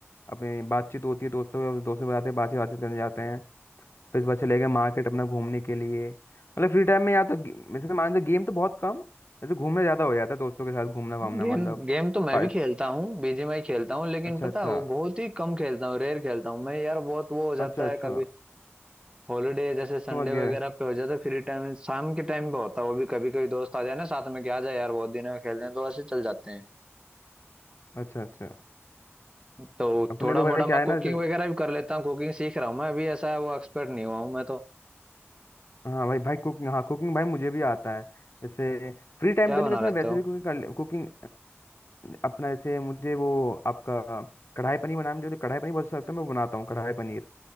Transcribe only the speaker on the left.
अपनी बातचीत होती है दोस्तों के दोस्तों के बताते बातचीत बातचीत करने जाते हैं फिर उसके बाद चले गए मार्केट अपना घूमने के लिए मतलब फ्री टाइम में या तो गे- वैसे मान लो गेम तो बहुत कम वैसे घूमने ज़्यादा हो जाता है दोस्तों के साथ घूमना वामना
मतलब
पा-
अच्छा
अच्छा
अच्छा
अच्छा
समझ
गए
अच्छा अच्छा
अपने
तो भाई
क्या
है
ना जैसे-
हाँ भाई भाई कुकिंग हाँ कुकिंग भाई मुझे भी आता है जैसे फ्री टाइम
तो
नहीं वैसे
मैं वैसे
भी कुकिंग कर कुकिंग अपना जैसे मुझे वो आपका कढ़ाई पनीर बनाना मुझे कढ़ाई पनीर बहुत अच्छा लगता है मैं बनाता हूँ कढ़ाई पनीर